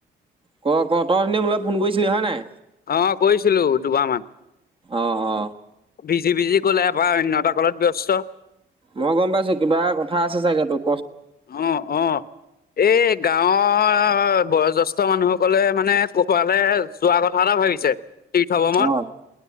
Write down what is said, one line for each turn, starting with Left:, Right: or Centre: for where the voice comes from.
Right: ক ক তই অথনি মোলৈ ফোন কৰিছিলি হয় নাই
Left: অহ কৈছিলো দুবাৰমান
Right: অ অ
Left: বিজি বিজি ক'লে আক অন্য এটা কলত ব্যস্ত
Right: মই গম পাইছো কিবা কথা আছে চাগে তোক
Left: অ অ এই গাঁৱৰ বয়োজষ্ঠে মানুহসকলে মানে <unintelligible> যোৱা কথা এটা ভাবিছে । তীৰ্থ ভ্ৰমণ
Right: অ